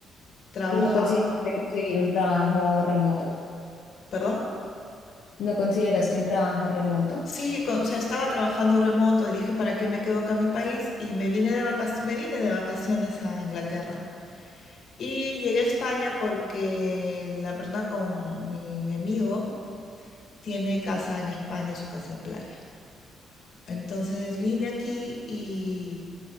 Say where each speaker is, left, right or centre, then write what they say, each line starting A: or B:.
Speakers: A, on the left (about 60°); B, on the left (about 75°).
A: Trabajaba,
B: ¿Y no consideraste conseguir un trabajo remoto?
A: ¿perdón?
B: ¿No consideraste un trabajo remoto?
A: Sí, co- o sea, estaba trabajando remoto y dije, ¿para qué me quedo acá en mi país? Y me vine de vacaciones, me vine de vacaciones a Inglaterra. Y llegué a España porque la persona con mi, mi amigo tiene casa en España, su casa de playa. Entonces vine aquí y,